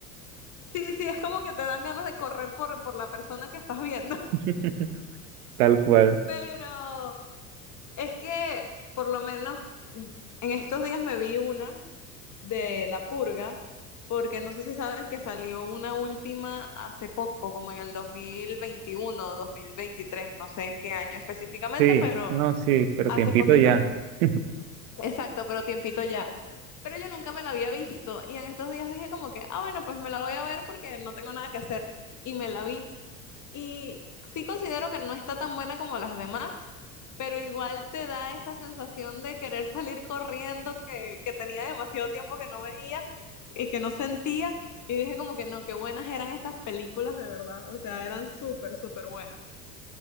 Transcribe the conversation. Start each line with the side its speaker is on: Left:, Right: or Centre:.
Left: Sí, sí, es como que te dan ganas de correr por, por la persona que estás viendo. <laughs>
Right: <laughs> tal cual.
Left: Pero Es que por lo menos en estos días me vi una de La Purga, porque no sé si sabes que salió una última hace poco, como en el dos mil veintiuno dos mil veintitrés no sé en qué año específicamente,
Right: Sí,
Left: pero
Right: no, sí, pero
Left: hace
Right: tiempito
Left: poquito.
Right: ya. <laughs>
Left: Exacto, pero tiempito ya. Pero yo nunca me la había visto y en estos días dije como que, ah, bueno, pues me la voy a ver porque no tengo nada que hacer. Y me la vi. Y sí considero que no está tan buena como las demás, pero igual te da esa sensación de querer salir corriendo que, que tenía demasiado tiempo que no veía y que no sentía. Y dije como que no, qué buenas eran estas películas de verdad. O sea, eran súper, súper buenas.